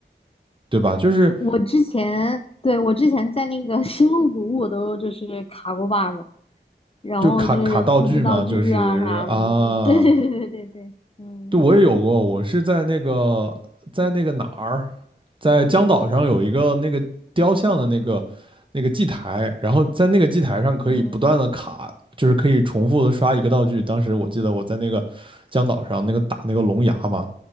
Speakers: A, on the right; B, on the left.
A: 对吧？就是
B: 我之前，对，我之前在那个 <laughs> 星露谷，我都就是卡过 bug，然后就是复制道具啊啥的。
A: 就卡卡道具嘛，就是啊，
B: 对对对对对对，嗯。
A: 对，我也有过，我是在那个在那个哪儿，在江岛上有一个那个雕像的那个那个祭台，然后在那个祭台上可以不断的卡，
B: 嗯，
A: 就是可以重复的刷一个道具。当时我记得我在那个江岛上那个打那个龙牙嘛，